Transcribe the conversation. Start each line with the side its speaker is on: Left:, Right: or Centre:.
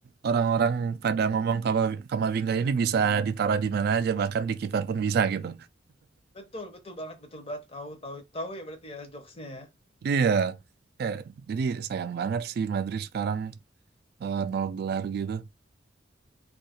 Right: orang-orang pada ngomong Kama- Kamavinga ini bisa ditaruh di mana aja bahkan di kiper pun bisa gitu.
Left: Betul, betul banget, betul banget. Tahu, tahu, tahu ya berarti ya jokesnya ya. <laughs>
Right: Iya. Ya, jadi sayang banget sih Madrid sekarang eh, nol gelar gitu.